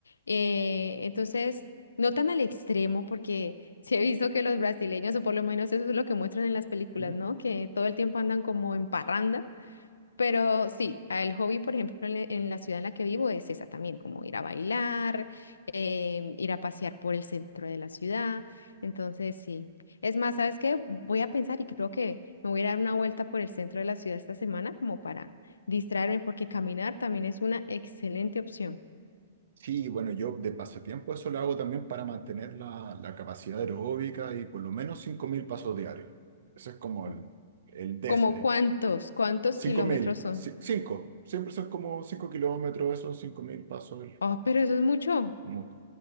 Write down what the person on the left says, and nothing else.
Eh, entonces, no tan al extremo, porque <laughs> sí he visto que los brasileños, o por lo menos eso es lo que muestran en las películas,
¿no? Que todo el tiempo andan como en parranda. Pero sí, el hobby, por ejemplo, en, la en la ciudad en la que vivo es esa también, como ir a bailar, em, ir a pasear por el centro de la ciudad. Entonces, sí. Es más, ¿sabes qué? Voy a pensar y creo que me voy a dar una vuelta por el centro de la ciudad esta semana como para distraerme, porque caminar también es una excelente opción.
Mm.
¿Como cuántos? ¿Cuántos
kilómetros
son?
Oh, pero eso es mucho.